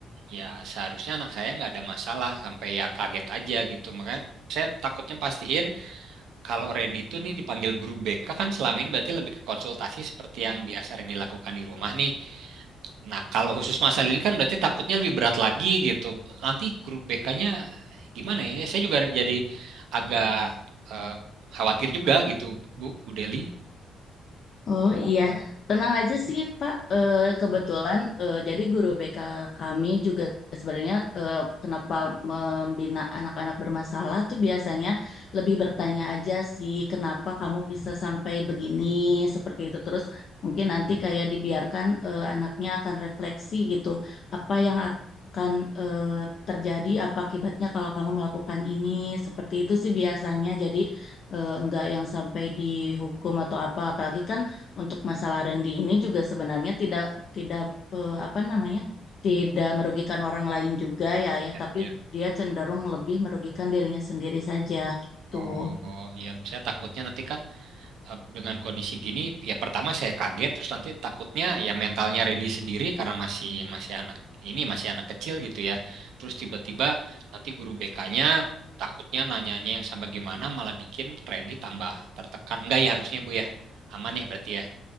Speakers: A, on the right; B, on the left.
A: ya seharusnya anak saya nggak ada masalah sampai ya kaget aja gitu. Makanya saya takutnya pastiin kalau Randy itu nih dipanggil guru BK kan selama ini berarti lebih ke konsultasi seperti yang biasa Randy lakukan di rumah nih. Nah, kalau khusus masalah ini kan berarti takutnya lebih berat lagi gitu. Nanti grup BK-nya gimana ya? Saya juga jadi agak eh, khawatir juga gitu, Bu, Bu Deli.
B: Oh iya, tenang aja sih Pak. Eh,
A: Hmm?
B: kebetulan eh, jadi guru BK kami juga sebenarnya eh, kenapa membina anak-anak bermasalah tuh biasanya lebih bertanya aja sih kenapa kamu bisa sampai begini seperti itu. Terus mungkin nanti kayak dibiarkan eh, anaknya akan refleksi gitu apa yang akan eh, terjadi apa akibatnya kalau kamu melakukan ini seperti itu sih biasanya. Jadi eh, enggak yang sampai dihukum atau apa. Apalagi kan untuk masalah Randy ini juga sebenarnya tidak tidak eh, apa namanya tidak merugikan orang lain juga ya ya
A: Ya,
B: tapi
A: ya.
B: dia cenderung lebih merugikan dirinya sendiri saja gitu.
A: Oh, oh, iya, saya takutnya nanti kan eh, dengan kondisi gini ya pertama saya kaget terus nanti takutnya ya mentalnya Randy sendiri karena masih masih anak ini masih anak kecil gitu ya terus tiba-tiba nanti guru BK-nya takutnya nanyanya yang sama gimana malah bikin Randy tambah tertekan enggak ya harusnya Bu ya aman ya berarti ya